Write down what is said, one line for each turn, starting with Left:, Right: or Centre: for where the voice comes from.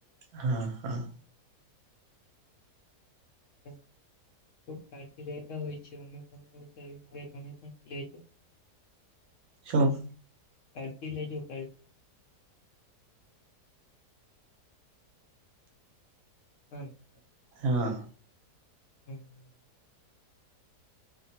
Right: હા હા
Left: હમ ખૂબ કાળજી લેતા હોઈ યે છીયે અમે તમે પણ લેજો.
Right: છો
Left: કારજી લેજો કરજી. હા
Right: હા
Left: હમ હમ